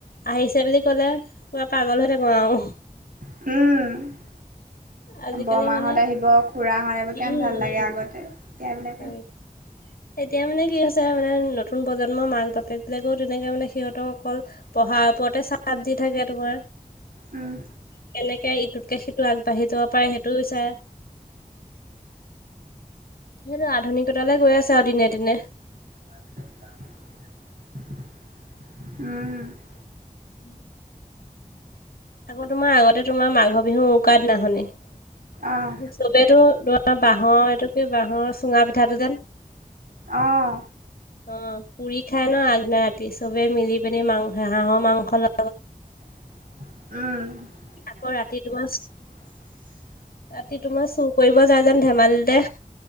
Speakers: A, on the left (about 85°); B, on the right (about 70°).
A: আহিছে বুলি ক'লে, পূৰা পাগল হৈ থাকোঁ আৰু।
B: উমঁ।
A: আজিকালি
B: বৰমাহত
A: মানে
B: আহিব, খুৰা হঁত আহিব, কিমান
A: উম
B: ভাল লাগে আগতে। এতিয়া এইবিলাক
A: <unintelligible> এতিয়া মানে কি হৈছে মানে নতুন প্ৰজন্মৰ মাক-বাপেক বিলাকেও তেনেকৈ মানে সিহঁতক অকল- পঢ়াৰ ওপৰতে চাপ দি থাকে তোমাৰ-
B: উম
A: কেনেকে ইটোতকে সিটো আগবাঢ়ি যাব পাৰে সেইটো বিচাৰে। সেইটো আধুনিকতালৈ গৈ আছে আৰু দিনে-দিনে।
B: <inaudible> উমঁ।
A: <inaudible> আকৌ তোমাৰ আগতে তোমাৰ মাঘৰ বিহু উকাৰ দিনাখনি।
B: অঁ
A: <unintelligible> ধৰা বাঁহৰ এইটো কি বাঁহৰ চুঙা পিঠাটো <unintelligible>
B: অঁ
A: উম, পুৰি খাই ন আগদিনা ৰাতি চবেই মিলি পিনি মাংস, হাঁহৰ মাংস লগ
B: উমঁ।
A: আকৌ ৰাতি মাছ
B: <inaudible>
A: ৰাতি তোমাৰ চুৰ কৰিব যায় যেন ধেমালিতে।